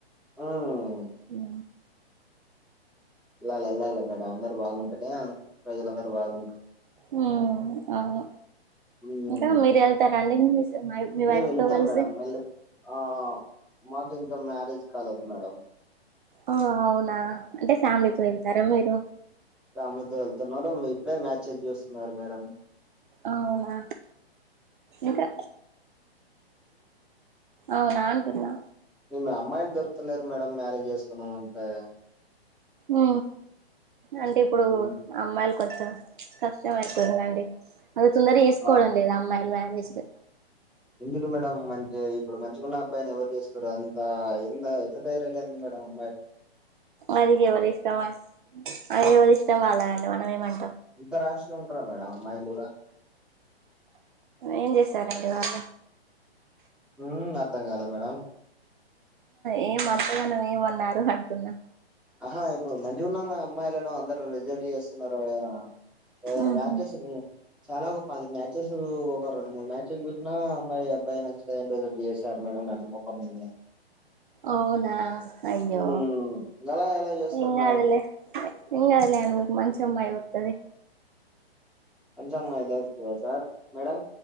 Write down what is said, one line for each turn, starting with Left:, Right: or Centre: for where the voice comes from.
Centre: మ్మ్.
Right: ఆ
Centre: ఇల్ల ఇల్లాల మేడం అందరు బాగుంటేనే ప్రజలందరుూ బాగుంటారు
Right: ఉ అవు
Centre: మ్మ్.
Right: ఇంకా మీరు వెళ్తారండి మీ
Centre: మేము
Right: వైఫ్
Centre: వెళతాం
Right: తో కలిసి
Centre: మేడం వెళ ఆ మాకు ఇంకా మ మ్యారేజ్ కాలెదు మాడెం
Right: ఆ అవునా అంటే ఫ్యామిలీతో వెళ్తారా మీరు
Centre: రాములుద్ద వెళ్తున్నారు ఇప్పుడే మ్యాచెస్ చూస్తున్నారు మేడం
Right: అవునా ఇకా అవుననుంటన్నా
Centre: మీ అమ్మాయిలు దొరకలేరు మేడం మ్యారేజ్ చేసుకున్నాం అంటే
Right: ఉ అంటే ఇప్పుడు
Centre: మ్మ్.
Right: అమ్మాయిలు కొంచెం కష్టం అయిపోయిందండి అది తొందర వేసుకోవడం
Centre: ఆ
Right: లేదు అమ్మాయిలు <unintelligible>
Centre: ఎందుకు మేడం మంచి ఇప్పుడు మంచిగాన్న అబ్బాయిని ఎవరు చేసుకోరు అంత ఎంత ఎంత ధైర్య లేదండి మేడం అమ్మాాయిలు
Right: అదికి ఎవరి ఇష్టమా అవి ఎవరి ఇష్టం వాళ్ళది అండి మనం ఏమంటాం
Centre: ఇంత రాష్గా ఉంటారా మేడం అమ్మాయిలు కూడా
Right: ఏం చేసారంండి వాళ్ళ
Centre: ఉ అర్థం కాల మేడం
Right: ఏం అంటగా నువ ఏమన్నారు అంటున్నాం
Centre: ఆహా ఇప్పుడు మంచిగా ఉన్నా నా అమ్మాయిలను అందరు రిజెక్ట్ చేసుకున్నారు ఏదనా
Right: ఉహు
Centre: మ్యాచస్ చాలా గొప్పది మ్యాచెస్ ఒక రెండు మూడు మ్యాచెస్ చూ నా అమ్మాయి అబ్బాయి నచ్చుదండి డిఎస్ఆర్ మేడం నన్న ముఖంంది
Right: అవునా అయ్యో
Centre: ఉమ్ గలా ఎలా చేస్తారు
Right: ఇంగ్
Centre: మేడం
Right: అదిలే ఇ అదిలే మంచిఅమ్మాయి తనే
Centre: పంచమ్ మయదాతు సార్ మేడం